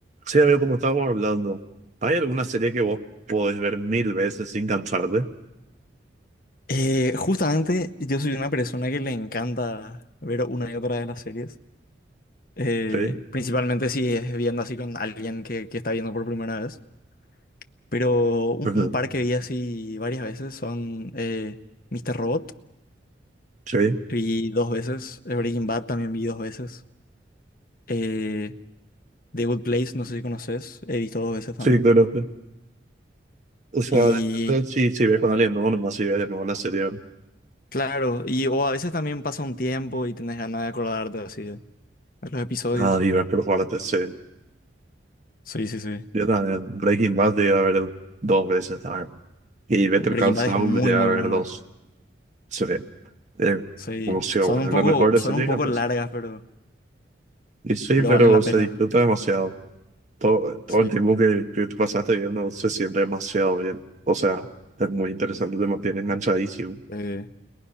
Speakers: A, on the right; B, on the left.
A: Sí, amigo, como estábamos hablando, ¿hay alguna serie que vos podés ver mil veces sin cansarte?
B: Eh, justamente yo soy una persona que le encanta ver una y otra de las series, eh,
A: Sí,
B: principalmente si es viendo así con alguien que, que está viendo por primera vez, pero un,
A: ujú,
B: un par que vi así varias veces son eh, Mr. Robot,
A: sí,
B: vi dos veces, eh, Breaking Bad también vi dos veces, eh, The Good Place, no sé si conoces, he visto dos veces también.
A: sí, claro. claro. O sea,
B: Y
A: depende si, si ves con alguien nuevo, nomás si ves de nuevo una serie,
B: claro, y o a veces también pasa un tiempo y tenés ganas de acordarte así de de los episodios.
A: ah, y ves por jugarte, sí.
B: Sí, sí, sí.
A: Yo también, Breaking Bad llegué a ver dos veces, ah, Y Better
B: Breaking
A: Call
B: Bad
A: Saul
B: es muy,
A: llegué
B: muy
A: a ver
B: buena.
A: dos, sí. Eh,
B: Sí.
A: bueno, sí,
B: Son
A: bueno,
B: un poco,
A: la mejor de
B: son
A: serie,
B: un poco
A: capaz.
B: largas, pero,
A: Y sí,
B: pero
A: pero
B: valen la
A: se
B: pena.
A: disfruta demasiado. todo, todo
B: Sí,
A: el tiempo
B: sí, sí.
A: que, que te pasaste viendo se siente demasiado bien. O sea, es muy interesante, te mantiene enganchadísimo.
B: Sí.